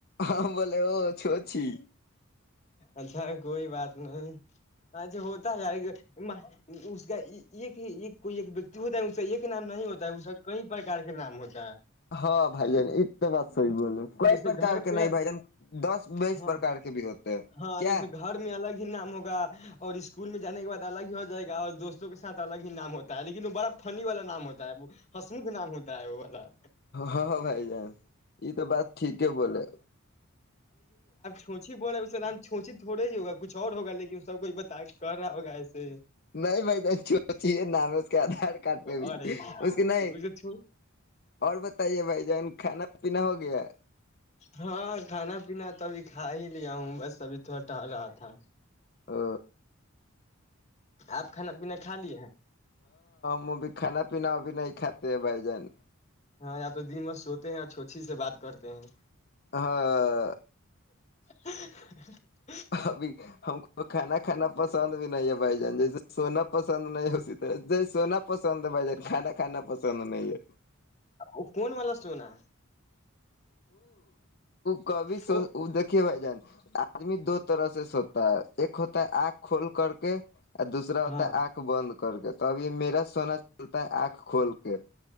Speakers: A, on the left; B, on the left.
A: ہم بول وہ چوچھی
B: اچھا کوئی بات نہیں اچھے ہوتا ارے گ اس کا ایک کوئی ایک وتی ہوتا ہے اس کا ایک نام نہیں ہوتا ہے اس کا کئی پرکار کے نام ہوتے
A: ہاں بھائی جان ایک تو بات سحی بولے کوئی
B: جیسے
A: پر
B: گھر
A: کے
B: پہ
A: نہیں بھ جان دس بائیس
B: ہاں
A: پرک کے بھی ہوتے ہیں
B: ہاں
A: کیا
B: جیسے گھاڑ میں الگ ہی نام ہوگا اور اسکول میں جان کے بع الگ ہی ہو جائے گا اور دوستوں کے ساتھ الگ ہی نام ہوتا ہے لیکن وہ بڑا فنی والا نام ہوتا ہے وہ ہسمکھ نام ہوتا ہے وہ والا
A: ہاں بھائی جان یہ تو بات ٹھیک ہے بولے
B: چھچی بول رہا اس نام چھونچی تھوڑا ہی ہوگا کچھ اور ہوگ لیکن سب کوئی بتا کر رہا ہوگا ایسے
A: نہیں بھائی جان چو چ ہے نام ہے اس کے آدھار کارڈ
B: ارے
A: پہ بھی
B: یار
A: اس کے نہیں اور بتائیے بھائی جان کھانا پ نہ ہو گیا
B: ہاں کھانا پینا تو ابھی کھا ہی لیا ہوں بس ابھی تھوڑا ٹہل رہا تھا
A: ا
B: ج آپ کھانا پین کھا لیے ہیں
A: م بھی کھانا پینا بھی نہیں کاتے ہے بائی جان
B: ہاں یا تو د مت سوتے ہیں اور چھوچھی سے بات کرتے ہیں
A: ہاں
B: <unintelligible>
A: ابھی ہم کو کھانا کھانا پسند بھی نہیں ہے بھائی جان جیسے سونا پسند نہیں اسی طرح جی سونا پسند ب کانا کانا پ ا ہے
B: ا فون والل س لو نا
A: کبھی س
B: وہ
A: دیکے بھائی جان آدمی دو طرح سے سب پ ایک ہوتا ہے آنکھ کھول کر کے اور دوسرا ہوتا
B: ہاں
A: ہے آنکھ بند کر کے تو اب یہ میرا سونا چلتا ہے آنکھ کھول کے